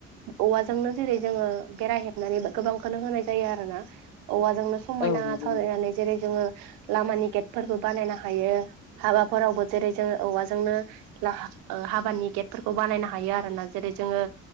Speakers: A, on the right; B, on the left.
A: औवाजोंनो जेरै जोङो बेर हेबनानै गोबांखौनो होनाय जायो आरो ना औवाजोंनो समायना
B: औ नंगौ
A: सावरायनानै
B: नोंथां
A: जेरै जोङो लामानि गेटफोरबो बानायनो हायो हाबाफोरावबो जेरै जोंङो औवाजोंनो ओ हाबानि गेटफोरखौ बानायनो हायो आरो ना जेरै जोङो